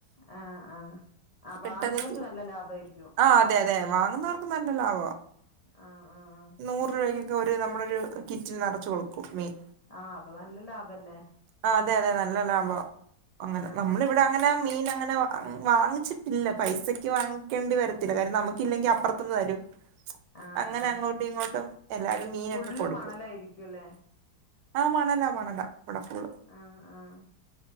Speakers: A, on the left; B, on the right.
A: ആഹ് ആഹ് ആഹ്
B: പെട്ടെന്ന്
A: വാങ്ങുന്നവർക്ക് നല്ല ലാഭായിരിക്കും
B: ആഹ് അതെ അതെ വാങ്ങുന്നവർക്ക് നല്ലല്ല ആവാ
A: ആഹ് ആഹ് ആഹ്
B: നൂറ് രൂപയ്ക്കൊക്കെ ഒരു നമ്മുടൊരു കിറ്റിൽ നിറച്ച് കൊടുക്കും മീൻ
A: ആഹ് അപ്പൊ നല്ല ലാഭല്ലേ
B: ആഹ് അതെ അതെ നല്ല ലാഭം അങ്ങനെ
A: ആഹ്
B: നമ്മളിവിട് തങ്ങനെ മീൻ അങ്ങനെ വാങ്ങിച്ചിട്ടില്ല പൈസക്ക് വാങ്ങിക്കേണ്ടി വരത്തില്ല കാര്യം നമുക്കില്ലെങ്കിൽ അപ്പർ വരും
A: ആഹ്
B: അങ്ങനെ
A: ആഹ്
B: അങ്ങോട്ടും ഇങ്ങോട്ടും എല്ലാരും മീനൊക്കെ
A: ഫുള്ള്
B: കൊടുക്കും
A: മണലായിരിക്കുംല്ലേ
B: ആഹ് മണല മണല ഇവ്ടെ ഫുൾ
A: ആഹ് ആഹ്